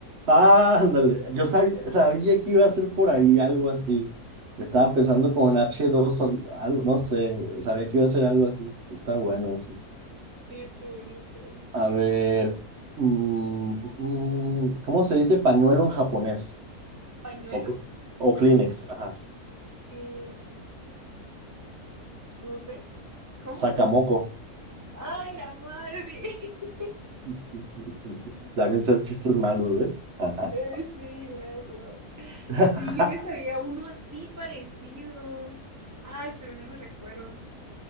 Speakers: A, on the right; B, on the right.
A: Ah, ándale, yo sabía, sabía que iba a ser por ahí algo así. Estaba pensando como en h dos o algo, no sé, sabía que iba a ser algo así. Está bueno así.
B: Sí, está bueno, está bueno.
A: A ver, mm, mm, mm, ¿cómo se dice pañuelo en japonés?
B: ¿Pañuelo?
A: O, cl- o Kleenex, ajá.
B: Eh, no sé. ¿Cómo?
A: Sakamoko.
B: ¡Ah, la madre! <laughs>
A: <laughs> También ser chistes malos, ¿eh? Ajá.
B: Eh, sí, nazos.
A: <laughs>
B: Sí, yo me sabía uno así parecido. Ay, pero no me recuerdo.